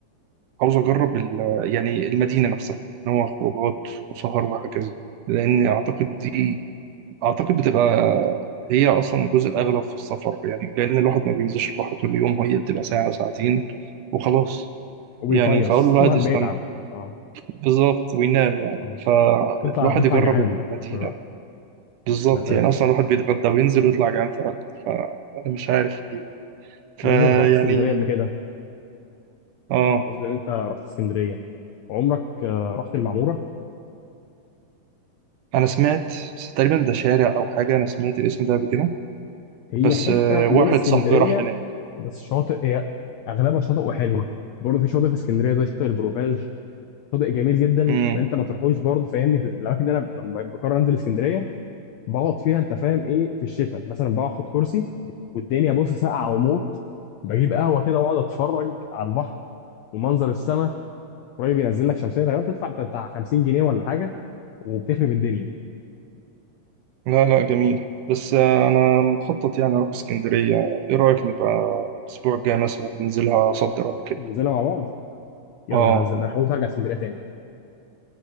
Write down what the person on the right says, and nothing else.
عاوز اجرب ال- يعني المدينه نفسها ان هو خروجات وسهر وهكذا لان اعتقد دي اعتقد بتبقى هي اصلا الجزء الاغلب في السفر يعني لان الواحد ما بينزلش البحر طول اليوم هي بتبقى ساعه ساعتين وخلاص
يعني فاقول له الواحد
يستمتع
بالظبط وينام يعني
فالواحد
يجرب
المدينه
بالظبط
يعني اصلا الواحد بيتغدى وينزل ويطلع جعان فعلا فانا مش عارف فيعني
اه
انا سمعت بس تقريبا ده شارع او حاجه انا سمعت الاسم ده قبل كده
بس
آه واحد
صاحبي راح هناك
امم
لا لا جميل بس آه انا مخطط يعني اروح اسكندريه ايه رايك نبقى الاسبوع الجاي مثلا ننزلها صد رد كده
اه